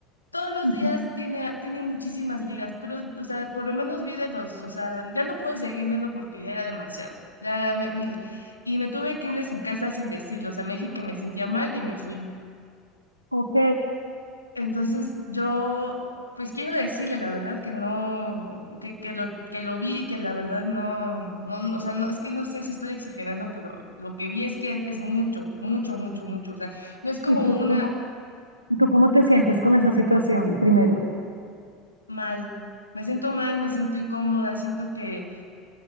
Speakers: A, on the left; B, on the right.
A: todos los
B: Ujú,
A: días tiene, tiene muchísimas ligas, pero, o sea, por lo menos vi de los, o sea, ya no pude seguir viendo porque ya era demasiado. Ya me- mm, y me tuve que
B: Ok.
A: ir de su casa sin decirlo, o sea, me dije que me sentía mal y me fui.
B: Ok.
A: Entonces yo, pues quiero decirle la verdad que no, que, que lo, que lo vi, que la verdad no, no, no, o sea, no, es que no sé si estoy exagerando, pero lo que vi es que es mucho, mucho, mucho, mucho, o sea, no es como
B: ¿Y tú
A: una
B: cómo, tú cómo te sientes con esa situación primero?
A: mal. Me siento mal, me siento incómoda, siento que